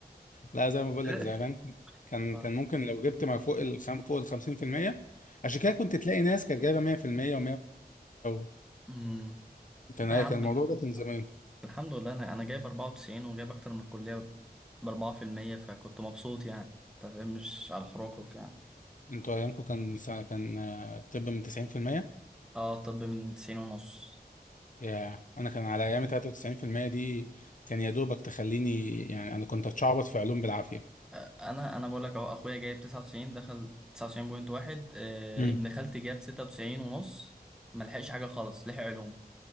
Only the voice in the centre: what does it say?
إيه؟
ف...
امم
لا
يا عم
الح-
الحمد لله انا انا جايب 94 وجايب اكتر من الكلية ب 4% فكنت مبسوط يعني انت فاهم مش على الحروك يعني
اه طب من 90 ونص
آه، انا انا بقول لك اهو اخويا جايب 99 دخل 99.1 آه،
ابن خالتي جاب 96 ونص ما لحقش حاجة خالص لحق علوم